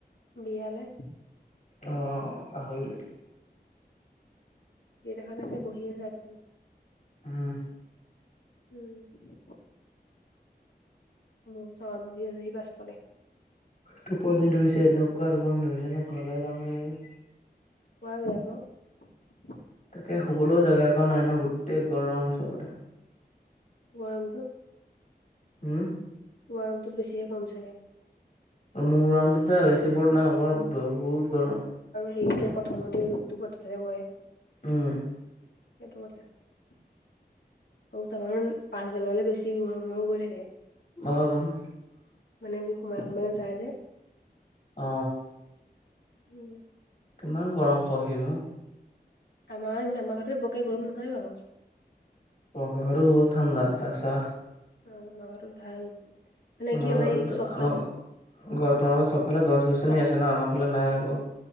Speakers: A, on the left; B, on the left.
A: বিয়ালে।
B: অ পাহৰিলোৱে
A: গদিখন আছে বহি আছে এখন
B: উম।
A: উম। কিজ। অ চান বহ আছে বচ তলে <unintelligible>
B: টোপনি ধুইছে এনেকুৱা টোপনি ধৰিছে নে ঘৰলে যাওঁগে নিকি।
A: পোৱা যায় ক।
B: তাকে শুবলৈও জেগা অকণ নাই ন গোটেই গৰম চবতে।
A: গৰমটো।
B: উম।
A: গৰমতো বেছিহে কম চাগে।
B: মৰামটোো এ বেছি বত নাই হ'ব বহুত গৰম।
A: সেই যে প্ৰথমতে ৰূপটোতে গয়।
B: উম।
A: । <unintelligible> উ ত কাৰণ পাছবেল গলে বছি গৰম কৰে।
B: <unintelligible>
A: মানে কুমাইাৰ যায়জে <unintelligible>
B: অ।
A: উম
B: কিমান গৰম চহিম অ
A: আমাৰ মামাহঁতৰ ঘৰতে বৰকে গৰম নহৈ আৰু।
B: তোমালোকৰ ঘৰত বহুত ঠাণ্ডা চেচা।
A: অ আমাৰ ঘৰটো ভাল। মানে
B: আমাৰ
A: কি
B: ঘৰৰতো
A: এই চবফালে
B: আমাৰ ঘ তোমাৰ ঘৰত চবফালে গছ গছনি
A: চব
B: আছে ন আমাৰ ফালে নাই। অহ